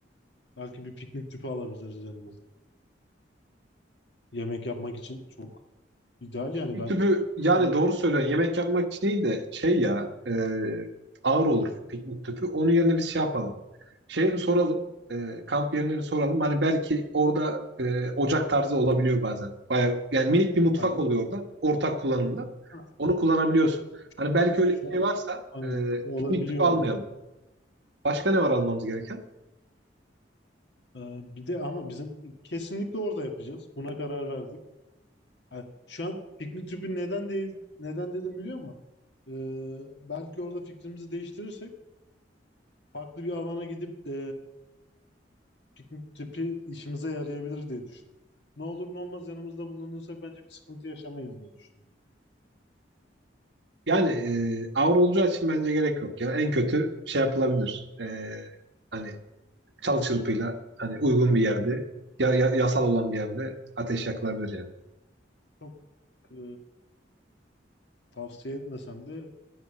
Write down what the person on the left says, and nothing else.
Belki bir piknik tüpü alabiliriz yanımıza. Yemek yapmak için çok ideal yani
ben
bu kampı
ben
ha,
ha,
şu
an
hani
olabiliyor
orada.
Ee, bir de ama bizim kesinlikle orada yapacağız. Buna karar verdik. Yani şu an piknik tüpü neden değil neden dedim biliyor musun? Ee, belki orada fikrimizi değiştirirsek farklı bir alana gidip e, piknik tüpü işimize yarayabilir diye düşündüm. Ne olur ne olmaz yanımızda bulunursak bence bir sıkıntı yaşamayız diye düşünüyorum.
Çok e, tavsiye etmesem de